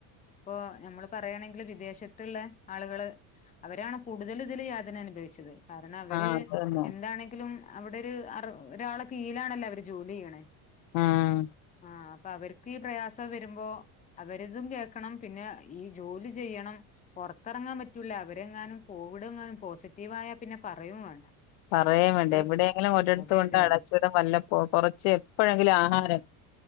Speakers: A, on the left; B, on the left.
A: ഇപ്പൊ നമ്മള് പറയാണെങ്കില് വിദേശത്തുള്ള ആളുകള് അവരാണ് കൂടുതലും ഇതില് യാതന അനുഭവിച്ചത് കാരണം അവര്
B: ആഹ് അതന്നെ
A: എന്താണെങ്കിലും അവിടെ ഒരു അറ ഒരാളൊക്കെ കീഴിലാണല്ലോ അവര് ജോലി ചെയ്യണേ
B: ഉം
A: ആ അപ്പ അവര്ക്ക് ഈ പ്രയാസം വരുമ്പോ അവരതും കേക്കണം പിന്നെ ഈ ജോലി ചെയ്യണം പൊറത്തെറങ്ങാൻ പറ്റൂല അവരെങ്ങാനും കോവിഡ് എങ്ങാനും പോസിറ്റീവായാ പിന്നെ പറയും വേണ്ട
B: പറയേം വേണ്ട
A: ഒരു
B: എവടേങ്കിലും ഒരെട്ത്ത്
A: അതെ
B: കൊണ്ട്
A: അതെ
B: അടച്ചിടും
A: അതെ
B: വല്ലപ്പോ കാെറച്ച് എപ്പഴെങ്കിലും ആഹാരം
A: ഉം.